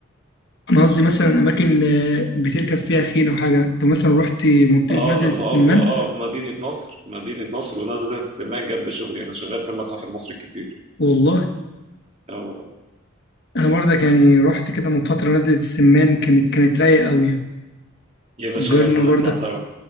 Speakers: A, on the left (about 55°); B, on the right (about 30°).
A: انا قصدي مثلا اماكن آه، بتركب فيها خيل او حاجه انت مثلا رحت منطقه
B: اه
A: نزلة
B: لا
A: السمان
B: مؤاخذة اه مدينة نصر مدينة نصر ونزلة سمان جنب شغلي انا شغال في المتحف المصري الكبير
A: والله
B: اه والله
A: انا برضك يعني رحت كده من فتره نزلة السمان كانت كانت رايقه قوي يعني
B: يا باشا
A: اجرنا
B: يلا
A: برضك
B: نطلع سوا